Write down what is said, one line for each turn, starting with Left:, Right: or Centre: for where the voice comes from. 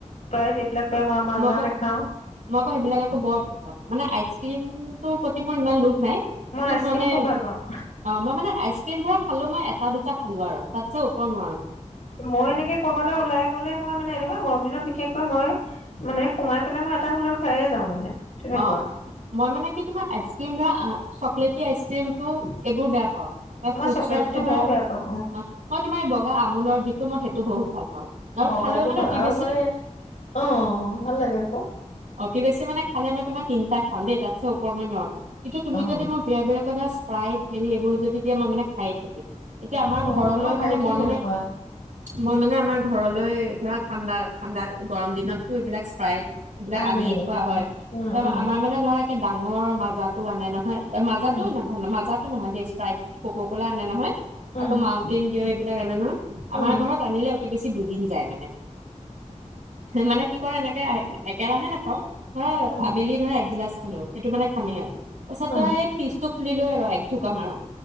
Left: আও মাজা
Right: মই আকৌ
Left: নাখাওঁ।
Right: মই আকৌ সেইবিলাক আকৌ বৰ ভাল মানে আইচক্ৰীম টোৰ প্ৰতি মোৰ ইমান লোভ নাই। কিন্তু
Left: মই আইচক্ৰীম
Right: মানে
Left: খুব
Right: অ'
Left: ভাল পাওঁ।
Right: মই মানে আইচক্ৰীম বোৰ খালেও মই এটা-দুটা খালোঁ আৰু তই ওপৰৰ মাল।
Left: মই এনেকে ক'বালে ওলাই গ'লে, মই মানে এনেকুৱা গৰম দিনত বিশেষকৈ মই মানে সোমাই পেলাই মই এটা হ'লেওঁ খাইয়ে যাওঁ মানে। তেনেকুৱা।
Right: অ' মই মানে কি তোমাৰ আইচক্ৰীম বা চকলেটি আইচক্ৰীম টো এইবোৰ বেয়া পাওঁ বা
Left: মই
Right: ফ্ৰুইটছৰ
Left: চকলেটীটো
Right: ফ্লেভাৰ,
Left: মইও বেয়া পাওঁ
Right: অ' মই তোমাৰ এই বগা আমূলৰ কিন্তু, মই সেইটো বহুত ভাল পাওঁ আৰু
Left: বগা
Right: খালেও
Left: টো
Right: মানে
Left: <unintelligible>
Right: অতি
Left: আৰু
Right: বেছি
Left: মানে, অ' ভাল লাগে আকৌ।
Right: অতি বেছি মানে খালে মই তোমাৰ তিনিটা খাওঁ দেই, তাটছে উপৰ মই নোৱাৰোঁ। এতিয়া তুমি
Left: অ'
Right: যদি মোৰ <unintelligible> কৰা, স্প্ৰাইট হেৰী এইবোৰ যদি তেতিয়া মই মানে, খাইয়ে থাকিম। এতিয়া আমাৰ
Left: অ'
Right: ঘৰলৈ
Left: আমাৰ ভাইটি
Right: মানে মই
Left: তেনেকুৱা
Right: মানে, মই মানে আমাৰ ঘৰ ঘৰলৈ ধৰা ঠাণ্ডা ঠাণ্ডাত, গৰম দিনত টো এইবিলাক স্প্ৰাইট এইবিলাক
Left: আনে।
Right: আনিয়েই থোৱা হয়।
Left: উম, উম,
Right: আমাৰ মানে ধৰা একে ডাঙৰ মাজা টো আনে ন। হয় মাজা
Left: উম,
Right: টো ইমান ভাল নহয়। মাজা টো নহয় দেই স্প্রাইট, কোকা-ক'লা আনে নহয়।
Left: উম,
Right: আকৌ মাউণ্টেন ডিউ এই এইবিলাক আনে নহয়। আমাৰ
Left: উম,
Right: ঘৰত আনিলে অতি বেছি দুদিন যায় মানে। মানে কি কৰে এনেকে আ একেৰাহে নাপাওঁ। অ',
Left: উম,
Right: আবেলি ভাগ এক গিলাচ হেল্লো, সেইটো মানে খামেই আৰ। পিছত
Left: উম,
Right: সেই পিচটোত খুলিলোঁ আৰু থূকা মাৰক